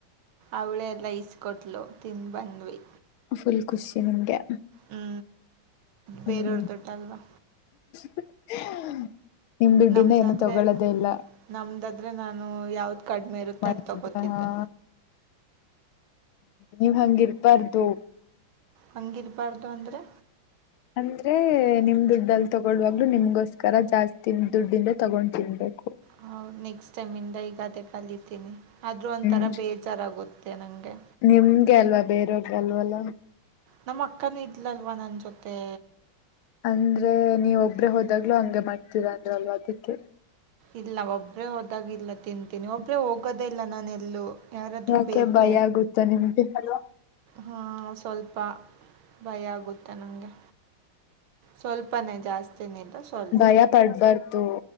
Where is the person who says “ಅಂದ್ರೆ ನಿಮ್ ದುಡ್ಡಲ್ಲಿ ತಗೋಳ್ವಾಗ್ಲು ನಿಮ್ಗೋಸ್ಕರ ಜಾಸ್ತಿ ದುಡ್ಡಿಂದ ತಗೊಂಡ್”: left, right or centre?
Left